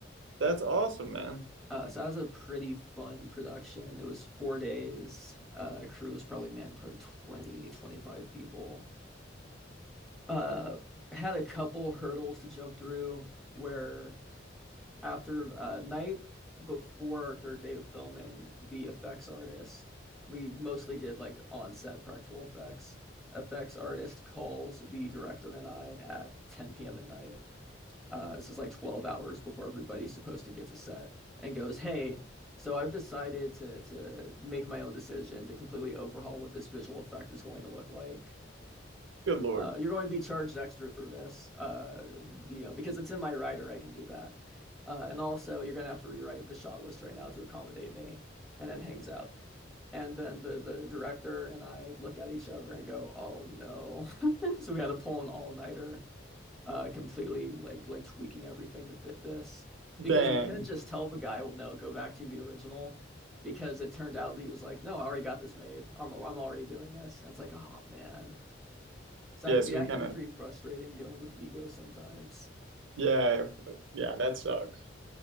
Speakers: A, on the right; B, in the centre.
A: That's awesome, man.
B: Uh, so that was a pretty fun production. It was four days. Uh, crew was probably, man, probably twenty twenty five people. Uh, had a couple hurdles to jump through where after uh, night before our third day of filming, V effects artist, we mostly did like on-set practical effects. Effects artist calls the director and I at 10 p.m. at night. Uh, this is like 12 hours before everybody's supposed to get to set and goes, "Hey, so I've decided to to make my own decision to completely overhaul what this visual effect is going to look like.
A: Good Lord.
B: Uh, you're going to be charged extra for this, uh, you know, because it's in my writer, I can do that. Uh, and also, you're going to have to rewrite the shot list right now to accommodate me. And then hangs up. And then the, the director and I look at each other and go, oh no. <laughs> So we had to pull an all-nighter, uh, completely like like tweaking everything to fit this.
A: Dang.
B: Because we couldn't just tell the guy, well, no, go back to the original. Because it turned out he was like, no, I already got this made. I'm, I'm already doing this. And it's like, oh man. So
A: Yeah,
B: I can
A: so
B: be I
A: he kind
B: can be
A: of
B: pretty frustrating dealing with ego sometimes.
A: yeah, yeah, that sucks.